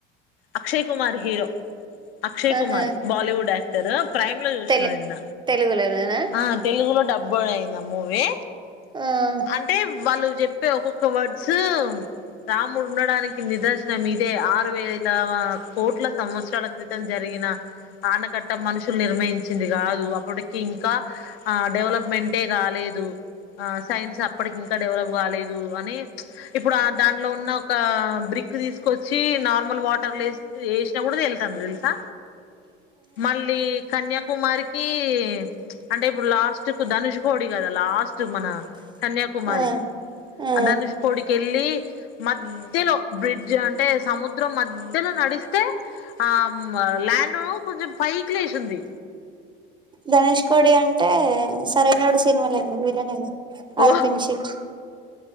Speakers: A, on the left (about 80°); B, on the right (about 15°).
A: అక్షయ్ కుమార్ హీరో అక్షయ్
B: ఆహా
A: కుమార్ బాలివుడ్ య టర్ ప్రైమ్ లో చూసిన
B: తెలు
A: నిన్న
B: తెలుగులోనేనా
A: ఆ తెలుగులో డబ్బు అయిందా మూవీ
B: ఆ
A: అంటే వాళ్ళు చెప్పే ఒక్కొక్క వర్డ్స్ రాముడు ఉండడానికి నిదర్శనం ఇదే ఆరు వేల వా కోట్ల సంవత్సరాల క్రి తం జరిగిన ఆనకట్ట మనుషులు నిర్మించింది కాదు అప్పటికి ఇంకా ఆ డెవలప్మెంటే కాలేదు ఆ సైన్స్ అప్ ఇప్పటికి ఇంకా డెవలప్ కాలేదు అని ఇప్పుడు ఆ దాంట్లో ఉన్న ఒక బ్రిక్ తీసుకొచ్చి నార్మల్ వాటర్లో వేసి వేసినా కూడా తేల్తాంది తెలుసా మళ్ళీ కన్యాకుమారికి అంటే ఇప్పుడు లాస్ట్ ధనుష్ కోడి కదా లాస్ట్ మన కన్యాకుమారి
B: ఆ ఆ
A: అ ధనుష్ కోడి కెళ్ళి మధ్యలో బ్రిడ్జ్ అంటే సము ద్ర మధ్యలో నడిస్తే ఆమ్మ ల్యాండ్ కొంచెం పైక్ లేసుంది
B: ధనుష్ కోడి అంటే సరైనోడు సినిమాలో విలనే కదా
A: ఓ
B: అది పిన్షెట్